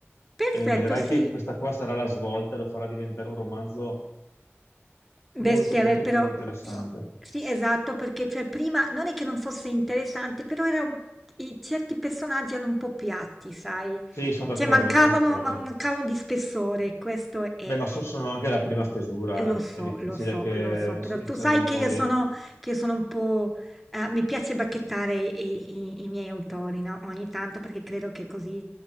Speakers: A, in the centre; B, on the left.
A: perfetto,
B: E vedrai
A: sì,
B: che questa qua sarà la svolta, lo farà diventare un romanzo
A: bestseller,
B: molto, molto
A: però...
B: più interessante.
A: Sì, esatto, perché cioè, prima non è che non fosse interessante, però era un- i certi personaggi erano un po' piatti, sai?
B: Sì, sono
A: Cioè
B: d'accordo,
A: mancavano,
B: sono d'accordo.
A: man- mancavano di spessore, questo è.
B: Beh, ma so- sono anche la prima stesura,
A: Eh, Lo so,
B: eh. È difficile
A: lo so,
B: che
A: lo so, però
B: si
A: tu
B: serve
A: sai
B: un
A: che
B: po'
A: io
B: di...
A: sono, che io sono un po'... eh, mi piace bacchettare i, i- i miei autori, no? Ogni tanto perché credo che così